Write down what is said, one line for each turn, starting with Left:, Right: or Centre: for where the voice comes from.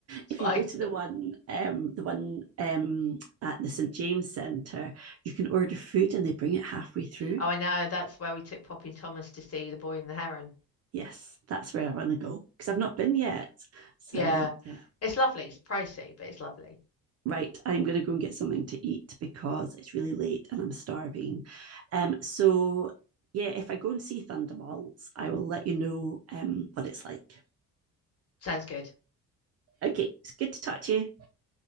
Right: if
Left: It's like,
Right: you go to the one, um, the one um, at the St James Centre, you can order food and they bring it halfway through.
Left: oh, I know, that's where we took Poppy and Thomas to see The Boy and the Heron.
Right: Yes, that's where I want to go because I've not been yet. So
Left: Yeah.
Right: yeah.
Left: It's lovely. It's pricey, but it's lovely.
Right: Right, I'm going to go and get something to eat because it's really late and I'm starving. Um, so yeah, if I go and see Thunderbolts, I will let you know um, what it's like.
Left: Sounds good.
Right: Okay, it's good to talk to you.